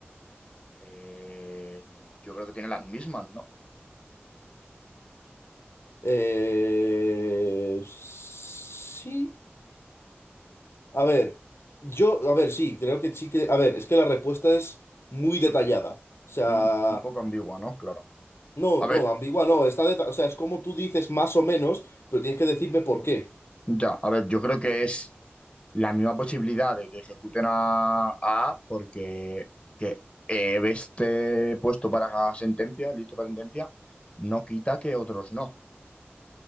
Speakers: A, on the left; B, on the left.
A: Eh, yo creo que tiene las mismas, ¿no?
B: Eh... Sí. A ver, yo, a ver, sí, creo que sí que... A ver, es que la respuesta es muy
A: Su-
B: detallada. O sea,
A: Un, un poco ambigua, ¿no? Claro.
B: no,
A: A
B: no,
A: ver,
B: ambigua, no, está deta- O sea, es como tú dices más o menos, pero tienes que decirme por qué.
A: Ya, a ver, yo creo que es la misma posibilidad de que ejecuten a a A porque que eh, esté puesto para sentencia, listo para sentencia, no quita que otros no,